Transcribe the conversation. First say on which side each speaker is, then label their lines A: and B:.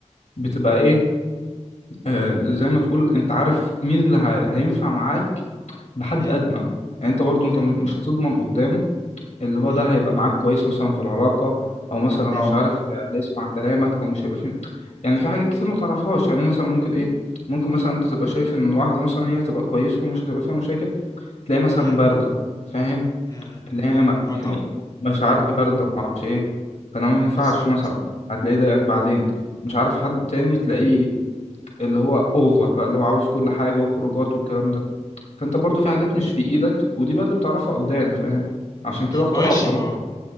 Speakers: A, on the left; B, on the left.
A: بتبقى ايه آه
B: مم.
A: زي ما تقول انت عارف مين اللي هي- هينفع معاك بحد
B: مم.
A: ادنى يعني انت برضه انت
B: مم.
A: م- مش هتضمن قدام اللي هو
B: مم.
A: ده هيبقى معاك كويس مثلا في العلاقة أو مثلا
B: اه
A: مش عارف هيسمع كلامك أو مش هيبقى فيه يعني في حاجات كتير ما تعرفهاش يعني مثلا ممكن إيه ممكن مثلا أنت تبقى شايف إن واحدة مثلا هي هتبقى كويسة ومش هتبقى فيها مشاكل تلاقي مثلا
B: مم.
A: باردة فاهم
B: مم.
A: اللي هي
B: مم.
A: ما-
B: وضع.
A: يعني مشاعرها
B: مم.
A: باردة معرفش إيه فده ما ينفعش
B: بالظبط
A: مثلا هتلاقيه ضايقك بعدين مش عارف حد تاني
B: مم.
A: تلاقيه اللي هو أوفر بقى اللي هو عاوز كل حاجة وخروجات والكلام ده فأنت برضو في حاجات مش
B: مم.
A: في إيدك ودي بقى اللي بتعرفها قدام
B: مم.
A: فاهم عشان كده اخترعوا
B: ماشي
A: الطلاق
B: ما